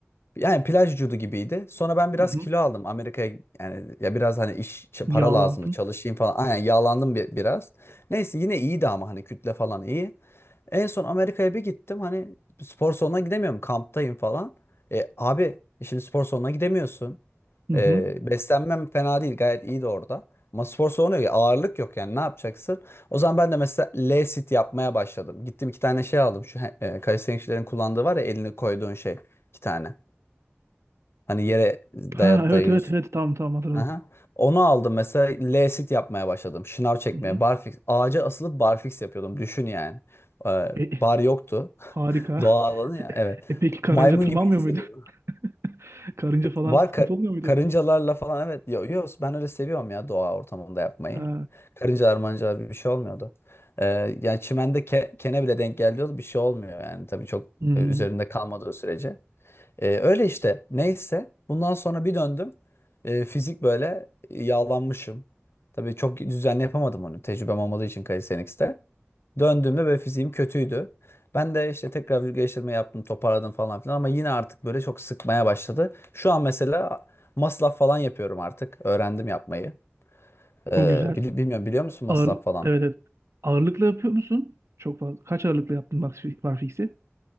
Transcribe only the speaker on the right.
Hı-hı.
Yağlandın.
Hı-hı.
Ha evet
evet evet tamam tamam hatırladım.
Hı-hı.
E, e,
harika.
<laughs>
E peki karınca
tırmanmıyor
muydu? <laughs> Karınca falan
sıkıntı
olmuyor muydu?
Ha.
Hı. hı.
Çok güzel.
Ağır,
evet, evet. Ağırlıkla yapıyor musun? Çok fazla. Kaç ağırlıkla yaptın max fi- barfix'i?